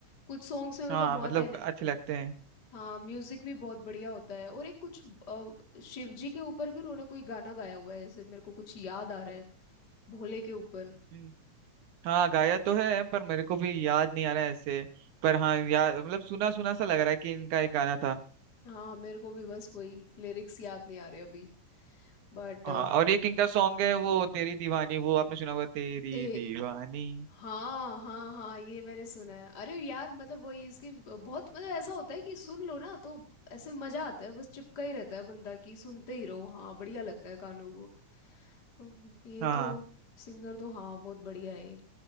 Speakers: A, on the left (about 35°); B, on the right (about 75°).
A: कुछ सॉन्ग्स में
B: हाँ
A: मतलब बहुत
B: मतलब अच्छे लगते हैं
A: हाँ म्यूजिक भी बहुत बढ़िया होता है और एक कुछ अ, शिव जी के ऊपर भी उन्होंने कोई गाना गाया हुआ है ऐसे मेरे को कुछ याद आ रहा है भोले के ऊपर
B: हम्म, हाँ गाया तो है पर मेरे को भी याद नहीं आ रहा है ऐसे पर हाँ याद मतलब सुना सुना सा लग रहा है कि इनका एक गाना था
A: हाँ मेरे को भी बस वही लिरिक्स याद नहीं आ रहे अभी बट
B: हाँ और एक इनका सॉन्ग है वो तेरी दीवानी वो आपने सुना होगा तेरी
A: ते
B: दीवानी
A: हाँ हाँ हाँ ये मैंने सुना है अरे यार मतलब वही इसके बहुत मतलब ऐसा होता है कि सुन लो ना तो ऐसे मजा आता है बस चिपका ही रहता है बंदा कि सुनते ही रहो हाँ बढ़िया लगता है कानों को अब ये
B: हाँ
A: तो सिंगर तो हाँ बहुत बढ़िया है ये